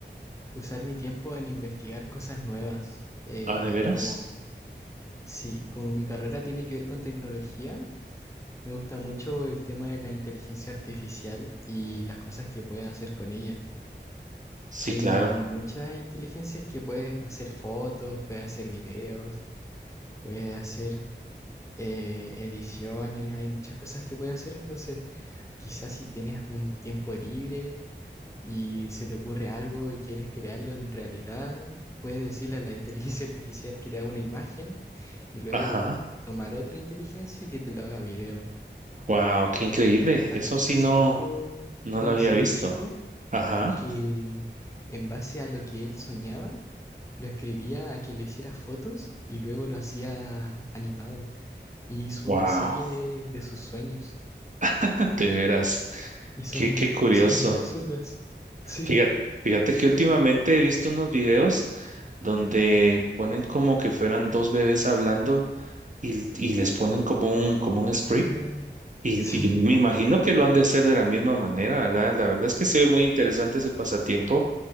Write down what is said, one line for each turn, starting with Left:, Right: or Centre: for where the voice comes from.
Left: usar mi tiempo en investigar cosas nuevas. eh,
Right: Ah, ¿de veras?
Left: como, sí, como mi carrera tiene que ver con tecnología, Me gusta mucho el tema de la inteligencia artificial y las cosas que puedes hacer con ella.
Right: Sí,
Left: Hay
Right: claro.
Left: muchas inteligencias que puedes hacer fotos, puedes hacer videos, puedes hacer eh, ediciones, hay muchas cosas que puedes hacer. Entonces, quizás si tienes un tiempo libre y se te ocurre algo y quieres crearlo en realidad, puedes decirle a la <laughs> inteligencia artificial que te haga una imagen y luego
Right: Ajá.
Left: tomar otra inteligencia que te lo haga video.
Right: Wow, qué increíble.
Left: A-
Right: Eso sí
Left: Hace
Right: no,
Left: poco
Right: no
Left: conocí
Right: lo había visto.
Left: a un chico
Right: Ajá.
Left: que en base a lo que él soñaba, lo escribía a que le hiciera fotos y luego lo hacía animado. Y hizo
Right: Wow,
Left: una serie de, de sus sueños.
Right: <laughs> de veras.
Left: Y son
Right: Qué, qué curioso.
Left: cosas muy absurdas. Sí,
Right: Fíjate, fíjate que últimamente he visto unos videos donde ponen como que fueran dos bebés hablando y, y les ponen como un, como un script.
Left: ah, <laughs>
Right: Y, y me
Left: sí,
Right: imagino que lo han de hacer de la misma manera, ¿verdad? La verdad es que se ve muy interesante ese pasatiempo